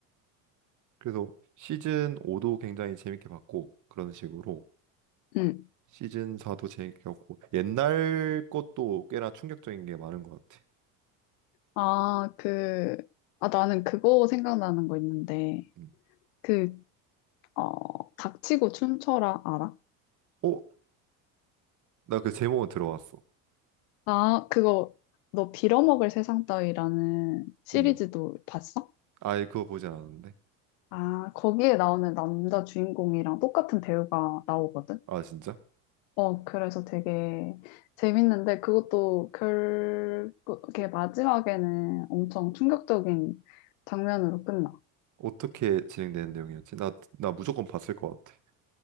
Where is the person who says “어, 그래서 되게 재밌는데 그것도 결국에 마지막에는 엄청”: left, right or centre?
Left